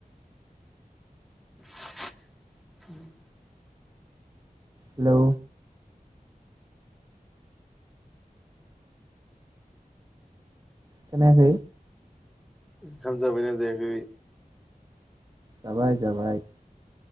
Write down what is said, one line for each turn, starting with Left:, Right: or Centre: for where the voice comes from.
Centre: <inaudible>
Right: हेलौ। खोनायाखै?
Centre: ओंखाम जाबायना जायाखै?
Right: जाबाय जाबाय।